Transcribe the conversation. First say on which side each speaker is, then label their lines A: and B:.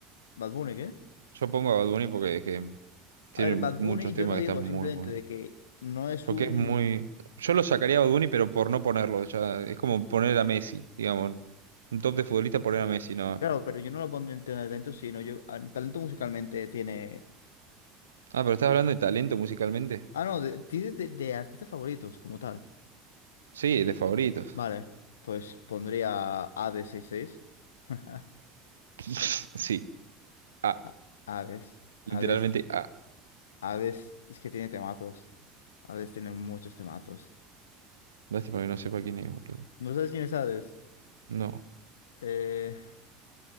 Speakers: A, on the left (about 70°); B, on the right (about 75°).
A: Bad Bunny, ¿qué?
B: Yo pongo a Bad Bunny porque es que tiene
A: A ver, Bad
B: muchos
A: Bunny
B: temas
A: yo no
B: que
A: digo
B: están muy
A: simplemente
B: buenos.
A: de que no es
B: Porque
A: un...
B: es muy... Yo lo sacaría a Bad Bunny, pero por no ponerlo. Ya, es como poner a Messi, digamos. Un top de futbolista poner a Messi, no.
A: Claro, pero yo no lo pondré en tema de talento, sino yo... a- Talento musicalmente tiene
B: Ah, pero estás hablando de talento musicalmente.
A: Ah, no, de- tienes de, de artistas favoritos como tal.
B: Sí, de favoritos.
A: Vale, pues pondría AD66. <laughs>
B: <laughs> Sí. Ah,
A: A- Hades,
B: literalmente
A: Hades,
B: ah.
A: Hades es que tiene temazos. Hades tiene muchos temazos.
B: Lástima que no sepa quién es, boludo.
A: ¿No sabes quién es Hades?
B: No.
A: Eh,